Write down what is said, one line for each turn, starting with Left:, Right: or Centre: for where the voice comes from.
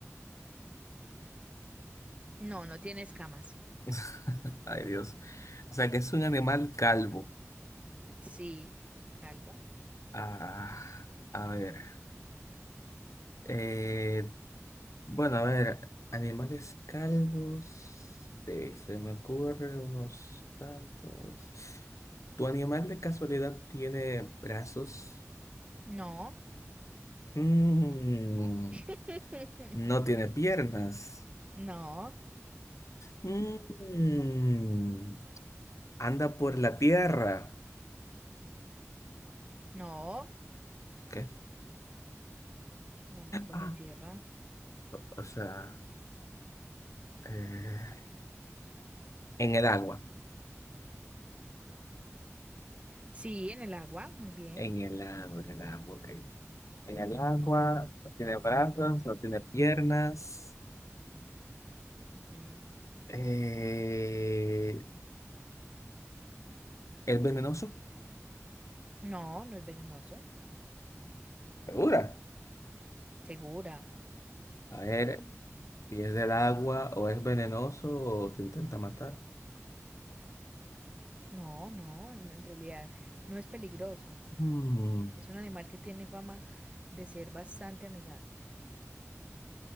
Right: No, no tiene escamas.
Left: <laughs> Ay, Dios. O sea que es un animal calvo.
Right: Sí, calvo.
Left: Ah, a ver. Eh, bueno, a ver, animales calvos. eh, se me ocurre unos tantos. ¿Tu animal de casualidad tiene brazos?
Right: No.
Left: Mm,
Right: <laughs>
Left: no tiene piernas.
Right: No,
Left: Mm, anda por la tierra.
Right: no,
Left: ¿Qué?
Right: no anda por
Left: Ah,
Right: la tierra.
Left: o o sea, eh, en el agua.
Right: Sí, en el agua, muy bien.
Left: En el agua, en el agua, ok. En el agua, no tiene brazos, no tiene piernas.
Right: Ujú.
Left: Eh, ¿es venenoso?
Right: No, no es venenoso.
Left: ¿Segura?
Right: Segura.
Left: A ver, si es del agua o es venenoso o te intenta matar.
Right: No, no, en en realidad no es peligroso.
Left: Mm,
Right: Es un animal que tiene fama de ser bastante amigable.